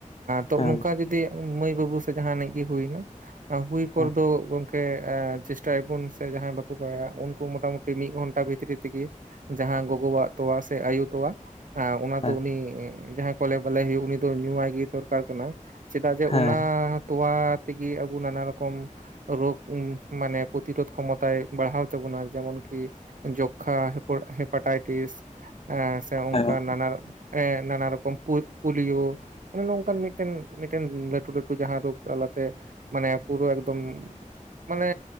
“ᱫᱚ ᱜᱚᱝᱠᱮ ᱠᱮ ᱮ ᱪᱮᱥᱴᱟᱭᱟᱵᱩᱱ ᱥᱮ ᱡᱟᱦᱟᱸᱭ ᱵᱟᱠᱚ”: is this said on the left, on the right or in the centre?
Right